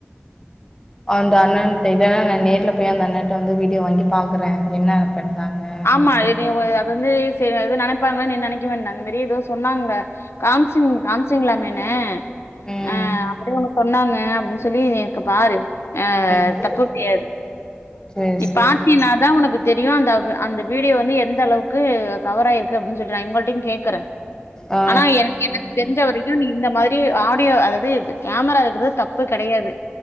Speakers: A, on the left; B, on the left.
A: அந்த அண்ணன்ட்டா நா நேர்ல போய் அந்த அண்ணன்ட்ட வந்து வீடியோ வாங்கி பாக்குறேங்க என்ன பண்றாங்க அப்டின்னு
B: ஆமா
A: சொல்ட்டு
B: எது அத வந்து சேரி எது நெனைப்பாங்களேன்னு நீ நெனைக்குவே அந்த மாரி ஏதோ சொன்னாங்க ராம்சிங் ராம்சிங்களாமேனு
A: ம்
B: ஆ அப்டியே அவுங்க சொன்னாங்க அப்டின்னு சொல்லி நீ பாரு அ
A: ம்
B: தப்பு கெடையாது
A: சேரி
B: நீ
A: சேரி
B: பாத்தினாதா உனக்கு தெரியு அந்த அந்த வீடியோ வந்து எந்த அளவுக்கு கவர் ஆயிருக்கு அப்டின்னு சொல்லிட்டு நா இவங்கட்டயு கேக்குறே
A: ஆ
B: ஆனா எனக்கு எனக்கு தெரிஞ்ச வரைக்கு நீ இந்த மாதிரி ஆ டியோ அதாது கேமரா இருக்கிறது தப்பு கெடையாது